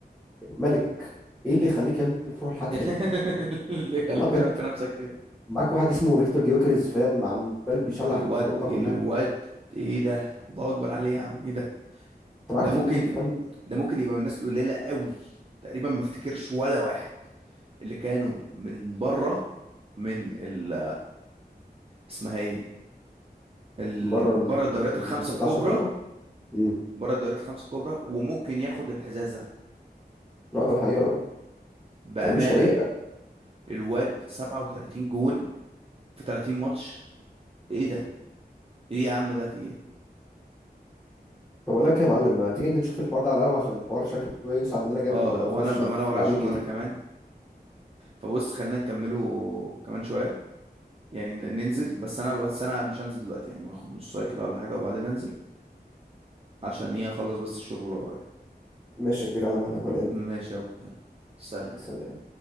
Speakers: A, in the centre; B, on the right (about 35°).
A: ملك إيه اللي يخليك يا ابني تروح الحتفة
B: <laughs>
A: دي
B: اللي خليك
A: والله بجد
B: تعمل في نفسك كده
A: معاك واحد اسمه فيكتور جيوكريز فاهم عمال بيشلح
B: الواد
A: في أوروبا كلها
B: الواد ايه ده الله اكبر عليه يا عم ايه ده
A: أنت معاك
B: ده
A: تنين
B: ممكن
A: فاهم
B: ده ممكن يبقى من الناس القليله قوي تقريبا ما افتكرش ولا واحد اللي كانوا من بره من ال اسمها ايه ال-
A: بره ال-
B: بره الدوريات
A: اللي
B: الخمسه
A: ما بتطلعش
B: الكبرى
A: في اوروبا امم
B: بره الدوريات الخمسه الكبرى وممكن ياخد الحذاء الذهبي
A: لا ده حقيقه آه.
B: بامانه
A: يعني مش طبيعي يعني
B: الواد 37 جون في 30 ماتش ايه ده ايه يا عم ده في ايه
A: طب اقول لك ايه يا معلم ما تيجي انت نشوف الحوار ده على القهوه عشان الحوار شكله يوسع مننا جامد
B: اه
A: وهنخش
B: وانا بامانه
A: في
B: ورايا
A: لعبين
B: شغل
A: كتير
B: انا كمان فبص خلينا نكمله كمان شويه يعني ن- ننزل بس انا بس انا مش هنزل دلوقتي يعني هاخد نص ساعه كده ولا حاجه وبعدين انزل عشان ايه اخلص بس الشغل اللي ورايا
A: ماشي يا كبير على مهلك ولا ايه
B: ماشي يا أبو، يلا سلام
A: سلام